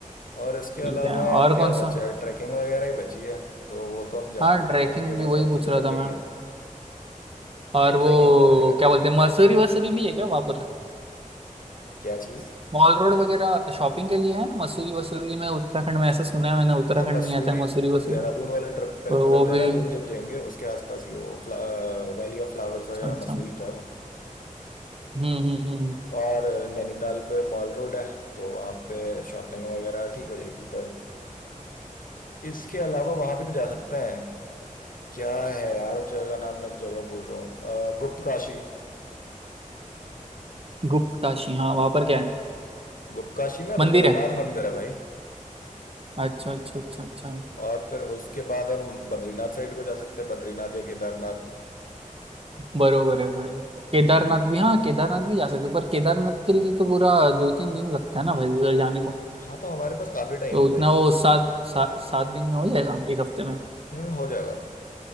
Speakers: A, on the left (about 85°); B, on the right (about 45°).
A: और इसके अलावा
B: ठीक है
A: अब
B: और
A: क्या
B: कौन
A: बचा
B: सा
A: है ट्रैकिंग वगैरह ही बची है तो वो तो हम जहाँ
B: हाँ
A: पे भी
B: ट्रैकिंग
A: जाएंगे वो
B: भी वही
A: सारी
B: पूछ
A: चीजें
B: रहा
A: कर
B: था
A: लेंगे
B: मैं और वो
A: ट्रैकिंग तो हर जगह
B: क्या
A: है
B: बोलते हैं मसूरी वसूरी भी है क्या वहां पर
A: क्या चीज
B: मॉल रोड वगैरह शॉपिंग के लिए है ना मसूरी वसूरी में उत्तराखंड में ऐसा सुना है मैंने उत्तराखंड
A: हाँ मसूरी
B: में ही आता है मसूरी वसूरी
A: देहरादून वाले ट्रिप
B: तो
A: पे मतलब
B: वो
A: देहरादून
B: भी
A: जब जाएंगे उसके आसपास ही है वो फ्ला, वैली ऑफ फ्लावर्स वगैरह
B: अच्छा
A: मसूरी तो है वो
B: हम्म हम्म हम्म
A: और नैनीताल पे मॉल रोड है तो वहाँ पे शॉपिंग वगैरह ठीक हो जाएगी पर इसके अलावा वहां भी तो जा सकते हैं क्या है यार उस जगह का नाम मैं जगह भूल रहा हूँ अ, गुप्त काशी
B: गुप्त काशी हाँ वहां पर क्या है
A: गुप्त काशी में
B: मंदिर
A: रुद्रनाथ
B: है
A: मंदिर है भाई
B: अच्छा अच्छा अच्छा अच्छा
A: और फिर उसके बाद हम बद्रीनाथ साइड को जा सकते हैं बद्रीनाथ या केदारनाथ
B: बरोबर है भाई केदारनाथ
A: हम्म,
B: भी हाँ केदारनाथ भी जा सकते हो, पर केदारनाथ के लिए तो पूरा दो तीन दिन लगता है ना भाई उधर जाने को
A: हाँ तो हमारे पास काफी टाइम
B: तो
A: है
B: उतना
A: भाई
B: वो सात सात सात दिन में हो जाएगा एक हफ्ते में
A: हम्म हो जाएगा